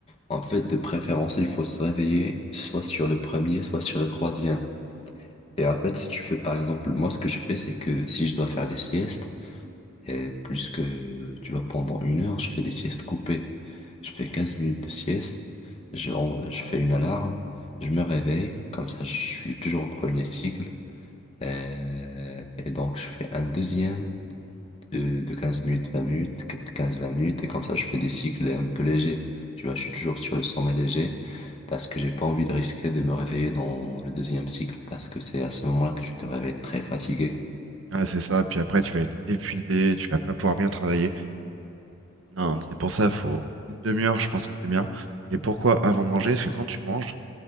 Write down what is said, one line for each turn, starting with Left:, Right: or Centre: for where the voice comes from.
Left: En fait, de préférence, il faut se réveiller soit sur le premier, soit sur le troisième. Et en fait, si tu fais, par exemple, moi, ce que je fais, c'est que si je dois faire des siestes, et plus que, tu vois, pendant une heure, je fais des siestes coupées. Je fais 15 minutes de sieste, je, on- je fais une alarme, je me réveille, comme ça, je suis toujours au premier cycle. Euh, et donc, je fais un deuxième de, de 15 minutes, vingt minutes, quinze vingt minutes, et comme ça, je fais des cycles un peu légers. Tu vois, je suis toujours sur le sommet léger parce que j'ai pas envie de risquer de me réveiller dans le deuxième cycle parce que c'est à ce moment-là que tu te réveilles très fatigué.
Right: Ah, c'est ça, puis après, tu vas être épuisé, tu vas pas pouvoir bien travailler. Non, c'est pour ça, faut une demi-heure, je pense que c'est bien. Et pourquoi avant manger? Parce que quand tu manges,